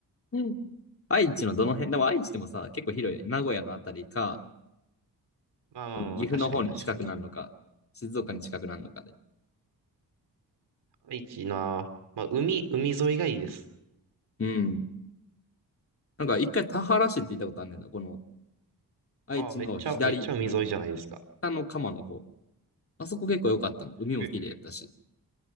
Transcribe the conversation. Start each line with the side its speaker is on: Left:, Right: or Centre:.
Left: うん。愛知のどの辺、でも愛知でもさ、結構広いね。名古屋のあたりか、
Right: まあまあまあまあ、
Left: この岐阜の方に近くなるのか、
Right: 確かに確かに。
Left: 静岡に近くなるのかで。
Right: 愛知な。まあ、海、海沿いがいいです。
Left: うん。なんか一回田原市って言ったことあるんだよな。この愛知の左、
Right: ああ、めっちゃ、めっちゃ海沿いじゃないですか。
Left: あの、北の鎌の方。あそこ結構良かったの。海も綺麗やったし。
Right: え、